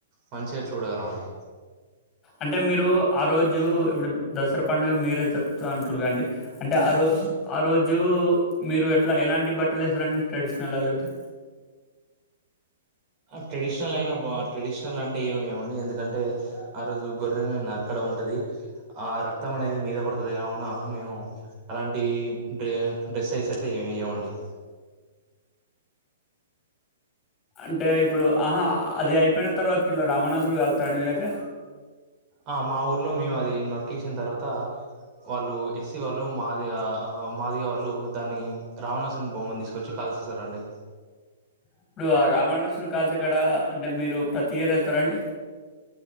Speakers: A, on the right; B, on the left.
A: మంచిగా చూడగలం అండి
B: అంటే మీరు ఆ రోజు ఇప్పుడు దసరా పండుగ మీరే జరుపుత అంటుర్రు కాండి అంటే ఆ రో ఆ రోజు మీరు ఎట్లా ఎలాంటి బట్టలు వేస్తారండి ట్రెడిషనల్ లేకపోతే
A: ట్రెడిషనల్ అయిన బా ట్రెడిషనల్ అంటే ఏమిమండి ఎందుకంటే ఆ రోజు గొర్రెని నరకడం ఉంటుంది ఆ రక్తం అనేది మీద పడుతది కావున మేము అలాంటి డ డ్రెసస్ అయితే ఏమేయమండి
B: అంటే ఇప్ ఇప్పుడు ఆహా అది అయిపోయిన తర్వాతకి ఇలా రామణాసురున్ని కాళ్తారండీ మీ దగ్గర
A: ఆ మా ఊర్లో మేము అది నరికేసిన తర్వాత వాళ్ళు ఎస్సీ వాళ్ళు మాదిగ మాదిగ వాళ్ళు దాన్ని రావణాసుని బొమ్మను తీసుకొచ్చి కాల్ చేస్తారండి
B: ఇప్పుడు రవాణాసున్ని కాల్చేకాడ అంటే మీరు ప్రతి ఇయర్ వెళ్తారా అండి